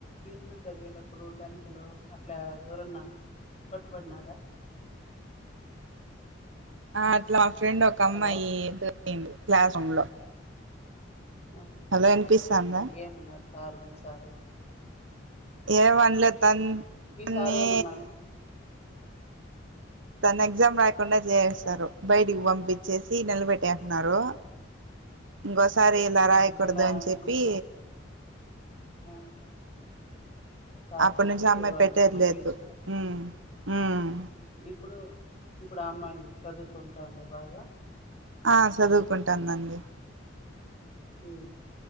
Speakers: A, on the left; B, on the right.
A: ఇంటర్ చదివెటప్ ఇప్పుడు టెంప్ లో అట్లా ఎవరన్నా పట్టుబడినారా
B: ఆ అట్లా ఫ్రెండ్ ఒక అమ్మాయి
A: హలో
B: దొన్బింది క్లాస్ ఉంలో
A: ఆ
B: హలో వినిపిస్థాందా
A: ఆ ఏమన్నారు సారు మీ సారే
B: ఏ మనలే తన్
A: మీ
B: తన్ని
A: సారు ఏమన్నారు
B: తన ఎగ్జామ్ రాకుండా చేసెస్తారు
A: ఆ
B: బయటికి పంపించేసి నిలబెట్టేసినారు
A: ఆ
B: గోస్ సరే ఇలా
A: ఆ
B: రాయకూడదు
A: మళ్ళా
B: అని చెప్పి
A: ఏమన్నా ఆ సార్
B: అప్పటి
A: చెప్పి
B: నుంచి అమ్మాయి
A: వాళ్ళని
B: పెట్టేయట్లేదు
A: మందులిచ్చినారు
B: ఉమ్ ఉమ్
A: ఇప్పుడు ఇప్పుడు ఆ అమ్మాయి చదువుకుంటాందా బాగా
B: ఆ చదువుకుంటందండి
A: ఉమ్